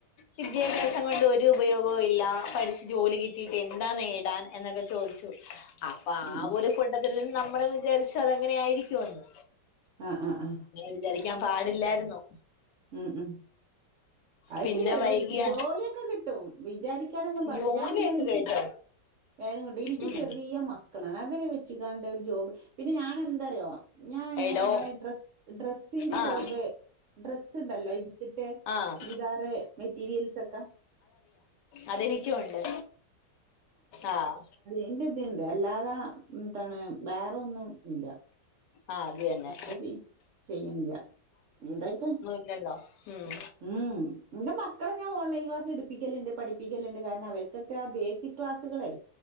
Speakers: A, on the left; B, on the right.
A: വിദ്യാഭ്യാസം കൊണ്ട് ഒരു ഉപയോഗവും ഇല്ല പഠിച്ച് ജോലി കിട്ടിട്ട് എന്താ നേടാൻ എന്നൊക്കെ ചോദിച്ചു അപ്പൊ
B: ഉം,
A: ആ
B: ഉം.
A: ഒരു ഫ ഇൽ നമ്മള് വിചാരിച്ച അതങ്ങനെ ആയിരിക്കുവെന്ന്
B: ആ ആ ആ
A: വിചാരിക്കാൻ പാടില്ലായിരുന്നു
B: ഉം ഉം അത്
A: പിന്നെ
B: ശെരിയാ
A: വൈകിയ
B: ജോലിയൊക്കെ കിട്ടും വിചാരിക്കാനൊന്നും പാടില്ല
A: ജോലിയൊക്കെ
B: ഞാൻ പിന്നെ നിക്ക്
A: കേട്ടോ
B: വേഗം കിട്ടും എനിക്ക്
A: ഉം
B: ചെറിയ മക്ക മക്കളാണ് അവരെ വെച്ച്ങ്ങാണ്ട് ഒരു ജോബ് പിന്നെ ഞാൻ എന്താറിയോ ഞാൻ ഇങ്ങനെ
A: എടോ
B: നമ്മളെ ഡ്രസ് ഡ്രസ്സിന്റെ
A: ആഹ്
B: ജോബ് ഡ്രസ് സ്ണ്ടല്ലോ എടുത്തിട്ട്
A: ആഹ്
B: ചുരിദാറ് മെറ്റീരിയൽസൊക്കെ
A: അതെനിക്കുംണ്ട് ആഹ്
B: എന്റെ ഇത്ണ്ട് അല്ലാതാ എത്താണ് വേറെ ഒന്നും ഇല്ല
A: ആഹ് അത് തന്നെ
B: ഇപ്പ ചെയ്യണില്ല ഇണ്ടയ്ക്കിന്
A: ഇല്ലലോ ഉം
B: ഉം മ് എന്റെ മക്കളെ ഞാൻ ഓൺലൈൻ ക്ലാസ് എടുപ്പിക്കലുണ്ട് പഠി പ്പിക്കലുണ്ട് കാരണം അവര്ക്കൊക്കെ ആ ബേസിക് ക്ലാസ്സുകളെ